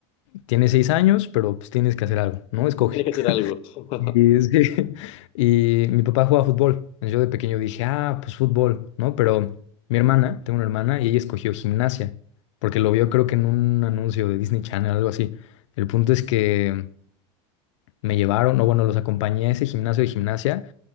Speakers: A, on the left; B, on the left.
A: tienes seis años, pero pues tienes que hacer algo, ¿no? Escoge.
B: Tienes que hacer algo. <laughs>
A: Y, sí, <laughs> y mi papá jugaba fútbol. Yo de pequeño dije, ah, pues fútbol, ¿no? Pero mi hermana, tengo una hermana, y ella escogió gimnasia, porque lo vio creo que en un anuncio de Disney Channel, algo así. El punto es que me llevaron, o bueno, los acompañé a ese gimnasio de gimnasia,